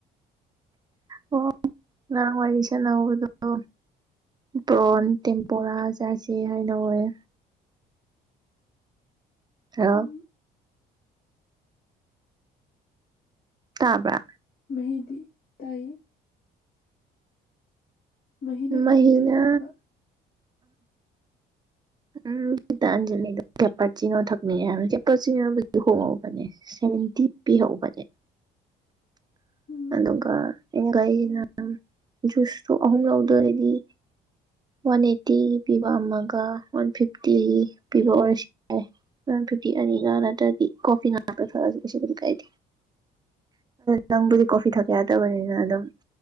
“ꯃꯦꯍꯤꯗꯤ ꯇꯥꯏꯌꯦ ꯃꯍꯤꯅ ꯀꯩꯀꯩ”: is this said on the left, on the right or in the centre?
Left